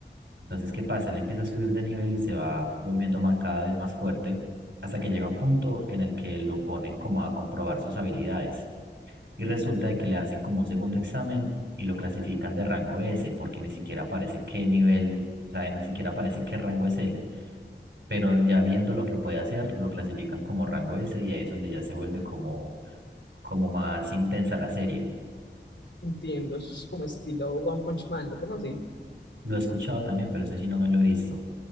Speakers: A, on the right; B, on the left.
A: Entonces, ¿qué pasa? Él empieza a subir de nivel y se va volviendo más, cada vez más fuerte hasta que llega un punto en el que lo ponen como a comprobar sus habilidades. Y resulta de que le hacen como un segundo examen y lo clasifican de rango S, porque ni siquiera aparece qué nivel, o sea, ni siquiera aparece qué rango es él. Pero ya viendo lo que puede hacer, lo clasifican como rango S y ahí es donde ya se vuelve como como más intensa la serie.
B: Entiendo, eso es como estilo One Punch Man, ¿lo conoce?
A: Lo he escuchado también, pero eso sí no me lo he visto.